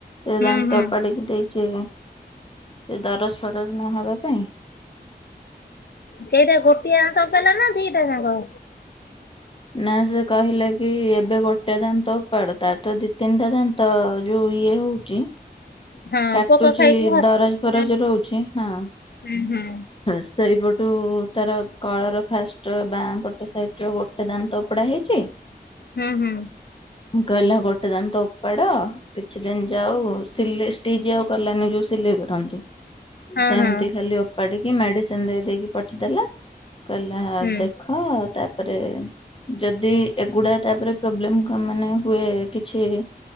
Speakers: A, on the left; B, on the left.
A: ଏ
B: ହୁଁ
A: ଦାନ୍ତ
B: ହୁଁ।
A: ଓପାଡିକି ଦେଇଚି ଏଇ ଦରଜ ଫରଜ ନହବା ପାଇଁ।
B: ସେଇଟା ଗୋଟିଏ ଦାନ୍ତ ଓପାଡିଲା ନା ଦିଇଟା ଯାଁକ?
A: ନା ସେ କହିଲେ କି ଏବେ ଗୋଟେ ଦାନ୍ତ ଓପାଡ ତାର ତ ଦି ତିନିଟା ଦାନ୍ତ ଯୋଉ ଇଏ ହୋଉଚି
B: ହଁ
A: କାଟୁଚି
B: ପୋକ ଖାଇକି ହ
A: ଦରଜ ଫରଜ
B: ହୁଁ
A: ରହୁଚି ହଁ।
B: ହୁଁ ହୁଁ।
A: ସେଇପଟୁ ତାର କଳର ଫାଷ୍ଟ ବାଁ ପଟ ସାଇଟରେ ଗୋଟେ ଦାନ୍ତ ଓପୋଡା ହେଇଚି
B: ହୁଁ ହୁଁ।
A: କହିଲା ଗୋଟେ ଦାନ୍ତ ଓପାଡ କିଛି ଦିନ ଯାଉ ସିଲେଇ ଟିଚ ଆଉ କଲାନି ଯୋଉ ସିଲେଇ କରନ୍ତି
B: ହଁ
A: ସେମତି
B: ହଁ
A: ଖାଲି ଓ ଓପାଡ଼ିକି ମେଡିସିନ ଦେଇ ଦେଇକି ପଠେଇ ଦେଲା କହିଲେ
B: ହୁଁ
A: ଦେଖ ତାପରେ ଯଦି ଏଗୁଡା ତାପରେ ପ୍ରୋବ୍ଲେମ କ ମାନେ ହୁଏ କିଛି